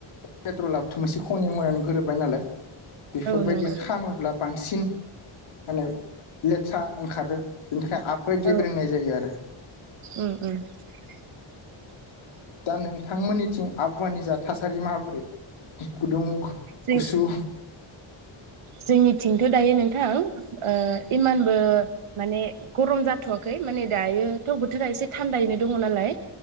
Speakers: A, on the left; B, on the right.
A: पेट्रला बोथ' मोनसे खनि मुवायावनो गोरोबबाय नालाय बेफोरबायदिया
B: औ नंगौ
A: खामोब्ला बांसिन माने लेथ्रा ओंखारो। ओमफ्राय आबहा
B: औ
A: गेब्रेेंनाय जायो आरो।
B: उम उम <inaudible>
A: दा नोंथांमोननिथिं आबहावानि जा थासारि माबोरै गुदुं
B: जों
A: गुसु
B: जोंनिथिंथ' दायो नोंथां इमानबो माने गरम जाथ'वाखै माने दायोथ' बोथोरा एसे थान्दायैनो दङ नालाय।